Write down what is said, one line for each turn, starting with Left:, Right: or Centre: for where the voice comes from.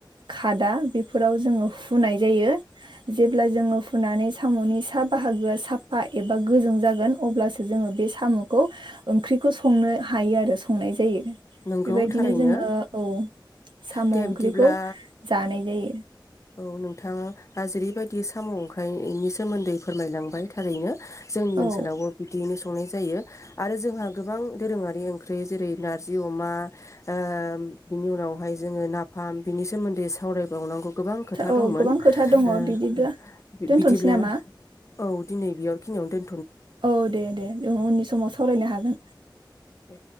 Right: खादा बेफोराव जोङो फुनाय जायो जेब्ला जोङो फुनानै साम'नि सा बाहागोआ साफा ए बा गोजों जागोन अब्लासो जोङो बे साम'खौ ओंख्रिखौ संनो हायो आरो संनाय जायो
Left: नंगौ
Right: बेबायदिनो
Left: थारैनो
Right: जोङो ओ साम'
Left: दे
Right: ओंख्रिखौ
Left: बिदिब्ला
Right: जानाय जायो।
Left: औ नोंथां हाजिरिबायायदि साम' ओंखाइनि सोमोन्दै फोरमायलांबाय थारैनो जोंनि
Right: औ
Left: ओनसोलावबो बिदियैनो सं संनाय जायो आरो जोंहा गोबां दोरोङारि ओंख्रि जेरै नारजि अमा ओ बिनि उनावहाय जोंङो नाफाम बिनि सोमोन्दै सावरायबावनांगौ गोबां खोथा
Right: औ
Left: दंमोन
Right: गोबां खोथा दङ
Left: ओ
Right: बिदिब्ला
Left: बि
Right: दोनथ'नोसै
Left: बिदिब्ला
Right: नामा?
Left: औ दिनै बेयाव खिनियाव दोन।
Right: औ दे दे जों उननि समाव सावरायनो हागोन।
Left: औ।